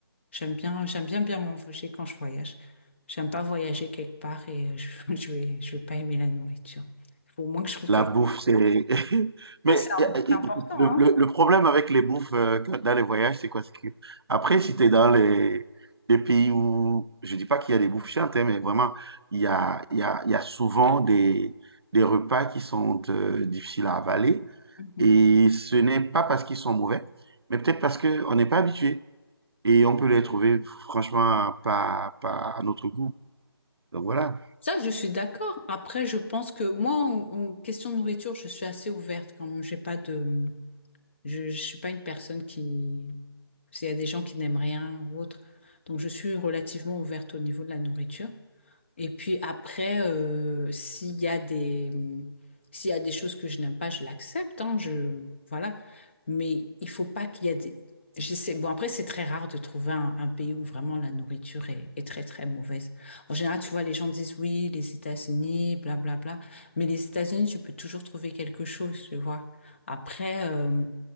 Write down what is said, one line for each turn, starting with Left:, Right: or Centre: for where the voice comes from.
Left: J'aime bien, j'aime bien bien m'envoyer quand je voyage. J'aime pas voyager quelque part et euh, je, <laughs> je vais, je vais pas aimer la nourriture. Il faut au moins que je trouve
Right: La
Left: quelque
Right: bouffe,
Left: chose.
Right: c'est... <laughs> Mais
Left: C'est un-
Right: euh, euh,
Left: c'est important,
Right: le,
Left: hein?
Right: le- le problème avec les bouffes euh, quand- dans les voyages, c'est quoi? C'est que après, si tu es dans les, les pays où... Je dis pas qu'il y a des bouffes chiantes, hein, mais vraiment, il y a, il y a, il y a souvent des, des repas qui sont euh, difficiles à avaler.
Left: Mhm.
Right: Et ce n'est pas parce qu'ils sont mauvais, mais peut-être parce qu'on n'est pas habitué. Et on peut les trouver, franchement, pas, pas à notre goût. Donc voilà.
Left: Ça, je suis d'accord. Après, je pense que moi, en, en question de nourriture, je suis assez ouverte quand même. J'ai pas de, je, je suis pas une personne qui, s'il y a des gens qui n'aiment rien ou autre, donc je suis relativement ouverte au niveau de la nourriture. Et puis après, euh, s'il y a des, s'il y a des choses que je n'aime pas, je l'accepte, hein, je, voilà. Mais il faut pas qu'il y ait des... Je sais, bon, après, c'est très rare de trouver un, un pays où vraiment la nourriture est, est très, très mauvaise. En général, tu vois, les gens disent oui, les États-Unis, blablabla. Mais les États-Unis, tu peux toujours trouver quelque chose, tu vois. Après, euh,